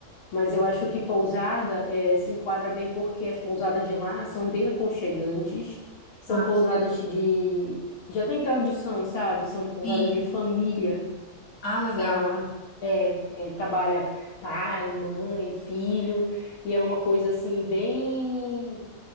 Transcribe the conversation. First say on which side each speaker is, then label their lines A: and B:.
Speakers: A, on the left; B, on the left.
A: Mas eu acho que pousada eh, se enquadra bem porque as pousadas de lá são bem aconchegantes, são
B: Mas,
A: pousadas de... que já tem tradição, sabe? São pousadas
B: sim.
A: de família,
B: Ah, legal.
A: são a... É, é, trabalha pai, mãe, filho, e é uma coisa assim bem